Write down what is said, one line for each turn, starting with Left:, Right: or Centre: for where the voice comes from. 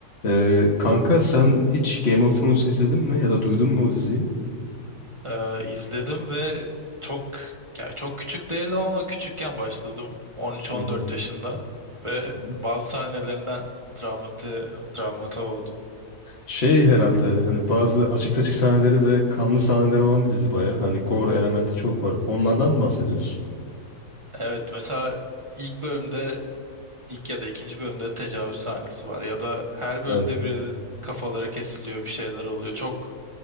Left: Ee, kanka sen hiç Game of Thrones izledin mi ya da duydun mu o diziyi?
Right: Ee, izledim ve çok yani çok küçük değilim ama küçükken başladım 13-14
Left: Hı hı.
Right: yaşında ve
Left: hı hı.
Right: bazı sahnelerinden travmati, travmata oldu.
Left: Şey herhalde hani bazı açık saçık sahneleri ve kanlı sahneleri olan bir dizi baya. Hani gore elementi çok var. Onlardan mı bahsediyorsun?
Right: Evet mesela ilk bölümde ilk ya da ikinci bölümde tecavüz sahnesi var ya da her bölümde
Left: Evet.
Right: birinin kafaları kesiliyor bir şeyler oluyor. Çok